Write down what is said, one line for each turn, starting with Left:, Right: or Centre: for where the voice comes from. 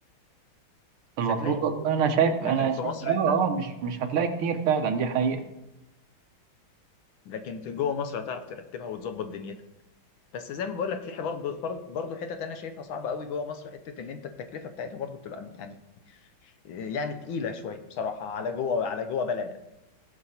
Right: المفروض
Left: مش هتلاقي
Right: والله انا شايف
Left: لكن
Right: انا
Left: في
Right: شايف
Left: مصر
Right: اه
Left: انت
Right: اه مش مش هتلاقي كتير فعلا دي حقيقة
Left: لكن في جوه مصر هتعرف ترتبها وتظبط دنيتك بس زي ما بقول لك في حوار برضه برضه حتت انا شايفها صعبه قوي جوه مصر حته ان انت التكلفه بتاعتها برضه بتبقى يعني يعني تقيله شويه بصراحه على جوه على جوه بلدك